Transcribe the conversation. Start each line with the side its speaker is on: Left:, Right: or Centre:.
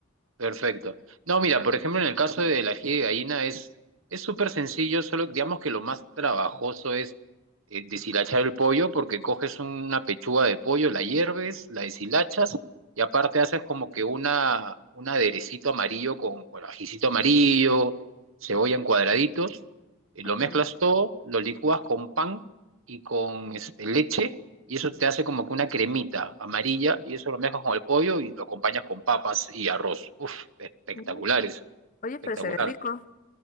Right: Perfecto. No, mira, por ejemplo, en el caso del ají de gallina es es súper sencillo, solo digamos que lo más trabajoso es eh, deshilachar el pollo, porque coges una pechuga de pollo, la hierves, la deshilachas y aparte haces como que una un aderecito amarillo con, bueno, ajicito amarillo, cebolla en cuadraditos, y lo
Left: Ok.
Right: mezclas todo, lo licúas con pan y con este, leche y eso te hace como que una cremita amarilla y eso lo mezclas con el pollo y lo acompañas con papas y arroz. Uf, espectaculares,
Left: Mm. Oye,
Right: espectacular.
Left: pero se ve rico.